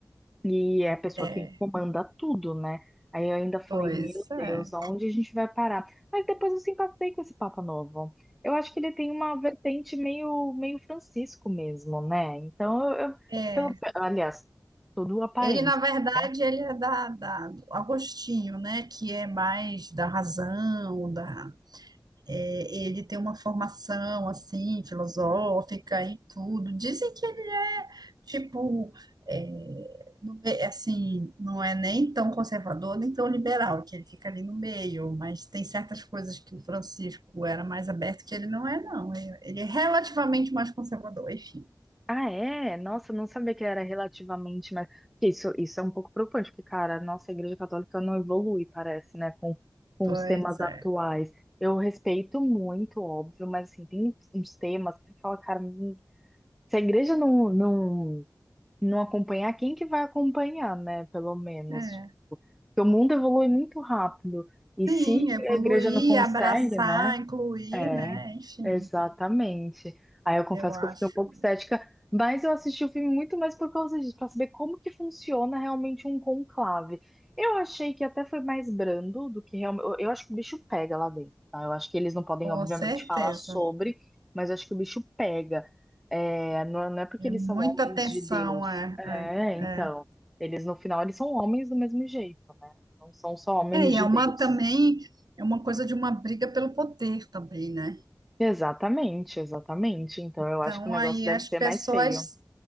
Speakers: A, in the centre; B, on the right (about 70°).
A: E é a pessoa
B: É,
A: que comanda tudo, né? Aí eu ainda falei,
B: pois
A: meu
B: é,
A: Deus, aonde a gente vai parar? Mas depois eu simpatizei com esse Papa Novo. Eu acho que ele tem uma vertente meio, meio Francisco mesmo, né? Então, eu,
B: é,
A: eu-
B: é.
A: pelo, aliás, tudo aparência,
B: Ele, na verdade,
A: né?
B: ele é da, da- do Agostinho, né? Que é mais da razão, da, é, ele tem uma formação assim, filosófica e tudo. Dizem que ele é tipo, é, no me- assim, não é nem tão conservador nem tão liberal, que ele fica ali no meio, mas tem certas coisas que o Francisco era mais aberto que ele não é, não. Ele ele é relativamente mais conservador, enfim.
A: Ah, é? Nossa, eu não sabia que era relativamente, mas isso, isso é um pouco preocupante, porque, cara, nossa, a Igreja Católica não evolui, parece, né, com, com
B: Pois
A: os temas atuais.
B: é.
A: Eu respeito muito, óbvio, mas assim, tem uns temas que você fala, cara, Se a igreja não, não, não acompanhar, quem que vai acompanhar, né? Pelo menos.
B: É.
A: Porque o mundo evolui muito rápido. E
B: Sim,
A: se
B: evoluir,
A: a igreja não consegue,
B: abraçar,
A: né?
B: incluir,
A: É,
B: né? Enfim,
A: exatamente. Aí eu confesso
B: eu acho,
A: que eu fiquei um pouco cética, mas eu assisti o filme muito mais por causa disso, para saber como que funciona realmente um conclave. Eu achei que até foi mais brando do que realmente. Eu eu acho que o bicho pega lá dentro, tá? Eu acho que eles não podem,
B: com
A: obviamente,
B: certeza.
A: falar sobre, mas eu acho que o bicho pega. É, não é não é porque
B: É
A: eles
B: muita
A: são homens
B: atenção,
A: de Deus.
B: é,
A: É, então.
B: é, é.
A: Eles, no final, eles são homens do mesmo jeito, né? Não são só homens
B: É, e
A: de
B: é uma
A: Deus.
B: também, é uma coisa de uma briga pelo poder também, né?
A: Exatamente, exatamente. Então eu
B: Então,
A: acho que o negócio
B: aí
A: deve
B: as
A: ser
B: pessoas
A: mais feio.